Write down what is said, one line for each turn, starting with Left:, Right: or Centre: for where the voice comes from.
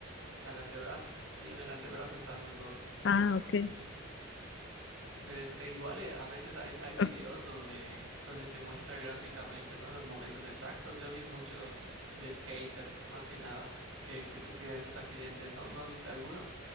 Right: Al antebrazo, sí, en el antebrazo están los dos.
Left: Ah, okay.
Right: Pues e igual eh, a veces hay, hay videos
Left: ok,
Right: donde, <laughs> donde se muestra gráficamente, ¿no? Los momentos exactos. Yo vi muchos de skaters, más que nada, que, que sufrían esos accidentes, ¿no? ¿No viste alguno?